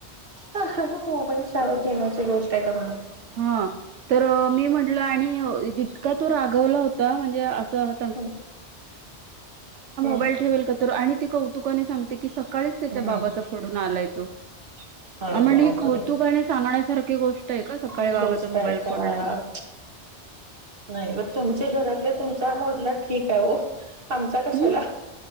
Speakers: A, on the right; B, on the right.
A: मोबाईल चालू ठेवायची गोष्ट आहे का म्हणून
B: हा तर मी म्हटलं आणि जितका तो रागवला होता म्हणजे असं हो मो
A: हम्म हम्म
B: ठे का कौु सका त्याच्या
A: हम्म
B: बाबाचा फोडून आलाय तो
A: अरे
B: म्हणले
A: बापरे!
B: ही कौतुकने सांगण्यासारखी गोष्ट आहे का सकाळी
A: ही
B: बाबाच
A: गोष्ट
B: मोबाईल
A: आहे का?
B: फोडलंय
A: नाही बट तुमचे घरातले तुमचा मोडला ठीक आहे हो आमचा कशाला
B: हम्